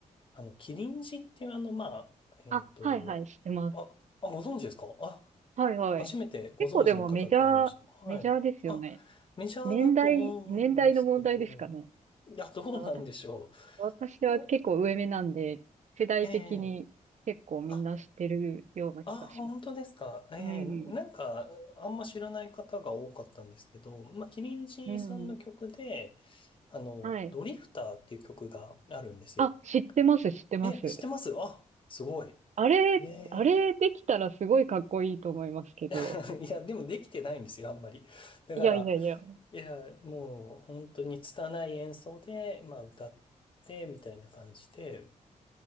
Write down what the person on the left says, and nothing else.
あの、キリンジっていうあの、まあ、えっと、
あ、あ、ご存知ですかあ、
初めてご存知の方と会いました。
はい。
あ、メジャーだと思うんですけど、
いや、どうなんでしょ
う。
ええあ、あ、本当ですか。ええなんか、
あんま知らない方が多かったんですけど、まあ、キリンジさんの曲で、
あの、
ドリフターっていう曲があるんですよ。
え、知ってますあ、すごい。
ええ
<laughs> いや、でもできてないんですよ、あんまり。だから、
いや、もう本当に拙い演奏で、まあ歌って、みたいな感じで、